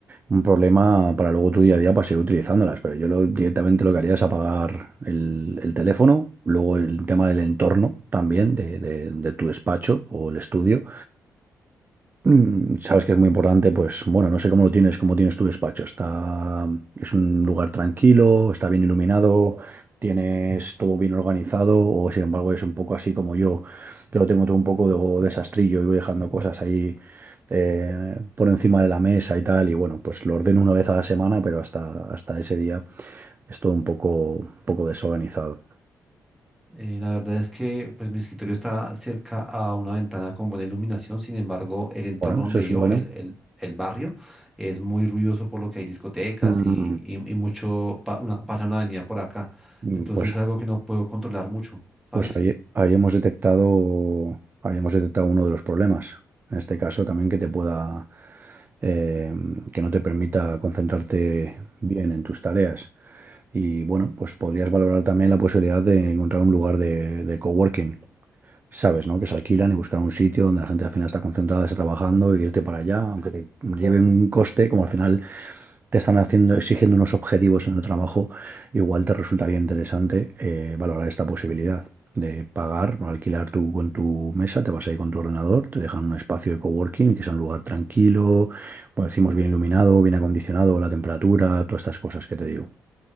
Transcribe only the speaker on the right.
un problema para luego tu día a día para seguir utilizándolas, pero yo lo- directamente lo que haría es apagar el, el teléfono, luego el tema del entorno también, de, de- de tu despacho o el estudio, Mm, Sabes que es muy importante, pues bueno, no sé cómo lo tienes, cómo tienes tu despacho. Está, es un lugar tranquilo, está bien iluminado, tienes todo bien organizado, o sin embargo es un poco así como yo, que lo tengo todo un poco de, desastrillo y voy dejando cosas ahí eh, por encima de la mesa y tal. Y bueno, pues lo ordeno una vez a la semana, pero hasta, hasta ese día es todo un poco, un poco desorganizado.
Bueno,
eso es
bueno.
Mm,
mm,
Pues
Pues ahí, ahí hemos detectado, ahí hemos detectado uno de los problemas. En este caso también que te pueda, eh, que no te permita concentrarte bien en tus tareas. Y bueno, pues podrías valorar también la posibilidad de encontrar un lugar de, de coworking sabes, ¿no? Que se alquilan y buscar un sitio donde la gente al final está concentrada, está trabajando, y irte para allá, aunque te lleve un coste, como al final te están haciendo, exigiendo unos objetivos en el trabajo, igual te resultaría interesante eh, valorar esta posibilidad de pagar o alquilar tú con tu mesa, te vas ahí con tu ordenador, te dejan un espacio de coworking que sea un lugar tranquilo, como decimos, bien iluminado, bien acondicionado, la temperatura, todas estas cosas que te digo,